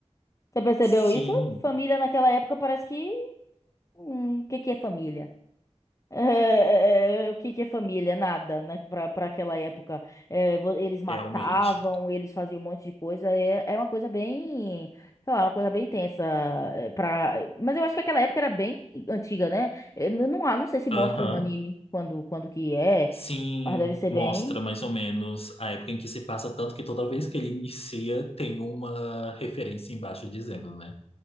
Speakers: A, on the left; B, on the left.
A: Você percebeu
B: <laughs>
A: isso?
B: Sim,
A: Família naquela época parece que. Hum, o que que é família? <laughs> É, é, é, o que que é família? Nada, né? Pra, pra aquela época. É, vo- eles matavam,
B: realmente.
A: eles faziam um monte de coisa. É, é uma coisa bem. Sei lá, uma coisa bem tensa. é, Pra... Mas eu acho que aquela época era bem antiga, né? É, Não, não, há- não sei se
B: Aham.
A: mostra no anime quando, quando que é,
B: Sim,
A: mas deve ser
B: mostra
A: bem.
B: mais ou menos a época em que se passa, tanto que toda vez que ele inicia tem uma referência embaixo dizendo, né?